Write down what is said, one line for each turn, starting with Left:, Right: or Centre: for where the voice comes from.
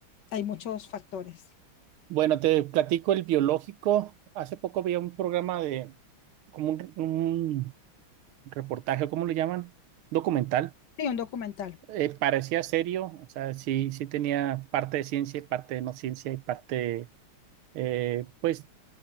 Left: hay muchos factores.
Right: Bueno, te platico el biológico. Hace poco veía un programa de, como un, un reportaje, o ¿cómo le llaman? Documental.
Left: Sí, un documental.
Right: Eh, parecía serio, o sea, sí, sí tenía parte de ciencia y parte de no ciencia y parte eh, pues